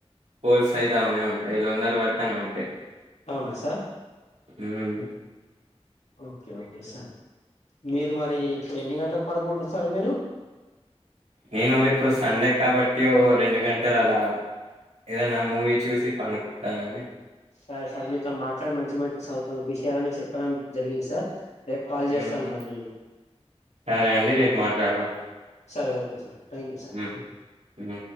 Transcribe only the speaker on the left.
అవునా సార్
ఓకే ఓకే సార్ మీరు మరి ఇప్పుడు ఎన్ని గంటలకు పడుకుంటారు సార్ మీరు
సరే సార్ మీతోని మాట్లాడి మంచి మంచి సౌక విషయాలని చెప్పడం జరిగింది సార్ రేపు కాల్
చేస్తాను మరి నేను
సరే okay sir thank you sir